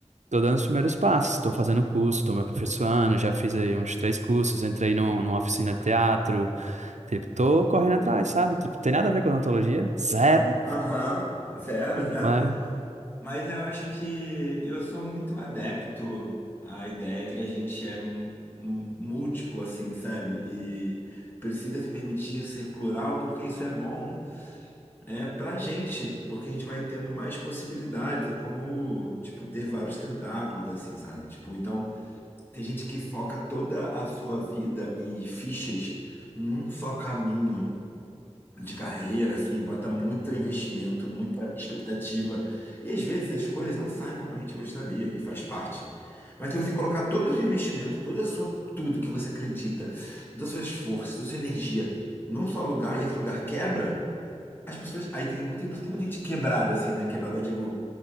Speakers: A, on the right; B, on the left.
A: tô dando os primeiros passos, estou fazendo curso, estou me aperfeiçoando, já fiz aí uns três cursos, entrei num, numa oficina de teatro, tipo, tô correndo atrás, sabe? Tipo, tem nada a ver com odontologia, zero,
B: Aham, zero, zero.
A: mas
B: Mas eu acho que eu sou muito adepto à ideia de que a gente é m- m- múltiplo, assim, sabe? E precisa se permitir ser plural, porque isso é bom é, pra gente, porque a gente vai tendo mais possibilidades. É como, tipo, ter vários tentáculos, assim, sabe? Tipo, então. Tem gente que foca toda a sua vida e fichas num só caminho de carreira, assim, bota muito investimento, muita expectativa. E às vezes as coisas não saem como a gente gostaria, e faz parte. Mas se você colocar todo o seu investimento, toda a sua, tudo que você acredita, todo o seu esforço, toda a sua energia num só lugar, e esse lugar quebra, as pessoas. Aí tem muita, tem muita gente quebrada, assim, né? Quebrada, eu digo,